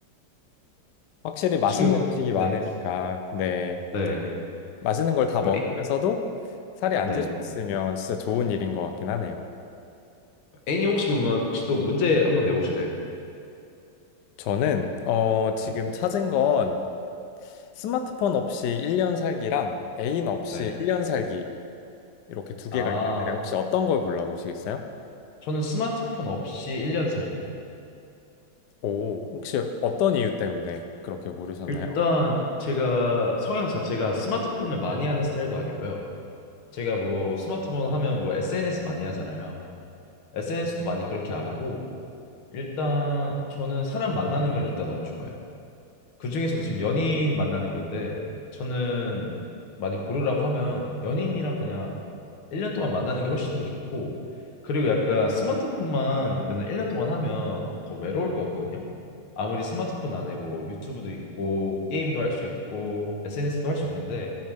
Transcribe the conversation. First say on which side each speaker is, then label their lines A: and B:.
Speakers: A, on the left (about 70°); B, on the left (about 85°).
A: 확실히 맛있는
B: 혹시 그
A: 음식이
B: 네.
A: 많으니까, 네.
B: 네,
A: 맛있는 걸 다
B: 그럼
A: 먹으면서도
B: 에,
A: 살이 안
B: 네,
A: 찔 수 있으면 진짜 좋은 일인 것 같긴 하네요.
B: A님 혹시 그러면 혹시 또 문제 한번 내보실래요?
A: 저는, 어, 지금
B: 네,
A: 찾은 건 스마트폰 없이 1년 살기랑 애인 없이
B: 네.
A: 1년 살기 이렇게 두 개가
B: 아,
A: 있는데 혹시 어떤 걸 골라보시겠어요?
B: 저는 스마트폰 없이 1년 살기요.
A: 오, 혹시 어떤 이유 때문에 그렇게 고르셨나요?
B: 일단 제가 성향 자체가 스마트폰을 많이 하는 스타일도 아니고요. 제가 뭐 스마트폰 하면 뭐 SNS 많이 하잖아요. SNS도 많이 그렇게 안 하고 일단 저는 사람 만나는 걸 일단 너무 좋아해요. 그중에서도 지금 연인 만나는 건데 저는 많이 고르라고 하면 연인이랑 그냥 1년 동안 만나는 게 훨씬 더 좋고 그리고 약간 스마트폰만 맨날 1년 동안 하면 더 외로울 것 같거든요. 아무리 스마트폰 안에 뭐 유튜브도 있고 게임도 할 수 있고 SNS도 할 수 있는데